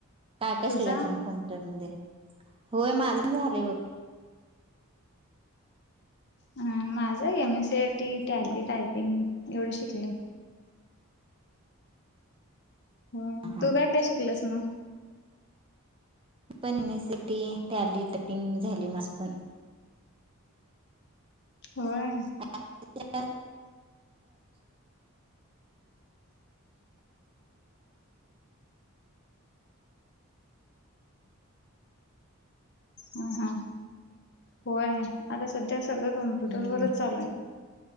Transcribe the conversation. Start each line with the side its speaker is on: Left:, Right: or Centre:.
Right: काय काय
Left: तुझा
Right: शिकलासा कॉम्प्युटर मध्ये? होय, माझं पण झालंय बघ.
Left: हं, माझं M. S. C. I. T., tally, typing एवढे शिकले. हम्म,
Right: हा
Left: तू काय काय शिकल्यास मग?
Right: पण मी सिटींग, टॅली, टायपिंग झालंय माझं पण.
Left: होय
Right: <unintelligible>
Left: ह हा होय आता सध्या सगळं, कॉम्प्युटर
Right: हम्म
Left: वरंच चालू आहे.